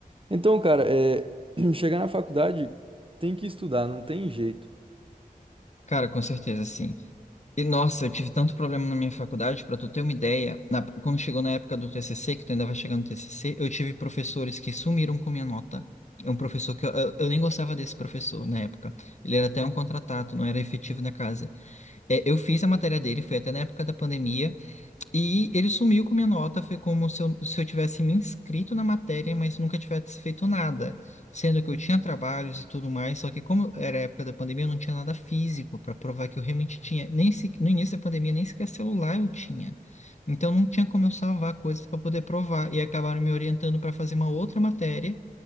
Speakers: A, on the right (about 35°); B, on the left (about 50°).
A: Então, cara, é, <clears throat> chegar na faculdade tem que estudar, não tem jeito.
B: Cara, com certeza, sim. E nossa, eu tive tanto problema na minha faculdade, pra tu ter uma ideia, na- quando chegou na época do TCC, que tu ainda vai chegar no TCC, eu tive professores que sumiram com minha nota. É um professor que eu, eu, eu nem gostava desse professor na época. Ele era até um contratado, não era efetivo na casa. É, eu fiz a matéria dele, foi até na época da pandemia. E ele sumiu com minha nota, foi como se eu, se eu tivesse me inscrito na matéria, mas nunca tivesse feito nada, sendo que eu tinha trabalhos e tudo mais, só que como era a época da pandemia, eu não tinha nada físico para provar que eu realmente tinha, nem se, no início da pandemia nem sequer celular eu tinha. Então não tinha como eu salvar coisas para poder provar, e acabaram me orientando para fazer uma outra matéria,